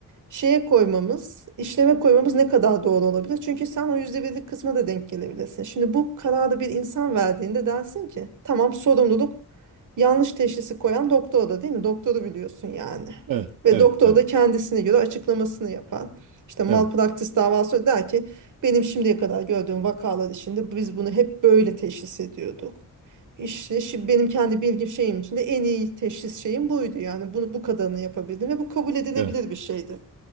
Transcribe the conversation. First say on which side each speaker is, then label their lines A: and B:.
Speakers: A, on the right; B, on the right.
A: şeye koymamız, işleme koymamız ne kadar doğru olabilir? Çünkü sen o yüzde birlik kısma da denk gelebilirsin. Şimdi bu kararı bir insan verdiğinde dersin ki tamam sorumluluk yanlış teşhisi koyan doktor da değil mi? Doktoru biliyorsun yani.
B: Evet.
A: Ve
B: Evet.
A: doktor
B: Evet.
A: da kendisine göre açıklamasını yapar. İşte malpraktis
B: Evet.
A: davası der ki benim şimdiye kadar gördüğüm vakalar içinde biz bunu hep böyle teşhis ediyorduk. İşte şi- benim kendi bilgi şeyim içinde en iyi teşhis şeyim buydu. Yani bunu bu kadarını yapabildim ve bu kabul edilebilir
B: Evet.
A: bir şeydi.